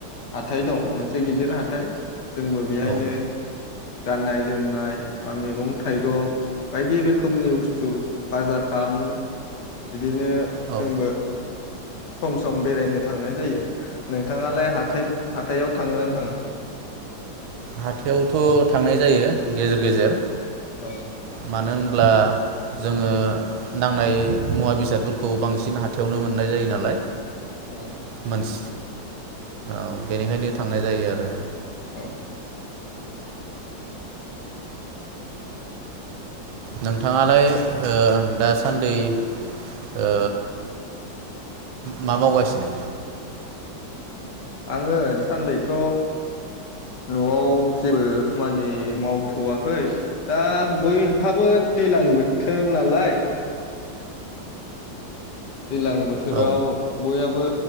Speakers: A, on the left; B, on the right.
A: हाथाइ दं मोनसे गिदिर हाथाइ जोंबो बेहायनो
B: औ
A: गाननाय जोमनाय बा मैगं थाइगं बायदि रोखोमनि बुस्थु बाजार खालामो बिदिनो
B: औ
A: जोंबो सम सम बेरायनो थांनाय जायो नोंथाङालाय हाथाय हाथायाव थांगोना थाङा
B: हाथायावथ' थांनाय जायो गेजेर गेजेर
A: औ
B: मानो होन अब्ला जोङो नांनाय मुवा बेसादफोरखौ बांसिन हाथायावनो मोननाय जायो नालाय
A: औ
B: मोनस औ बेनिखायनो थांनाय जायो आरो
A: औ
B: नोंथाङालाय ओ दासान्दि ओ मा मावगासिनो
A: आङो दासान्दैथ' न'आव जेबो खामानि मावथ'वाखै दा बयहाबो दैज्लां बोथोर नालाय दैलां बोथोराव
B: औ
A: बयहाबो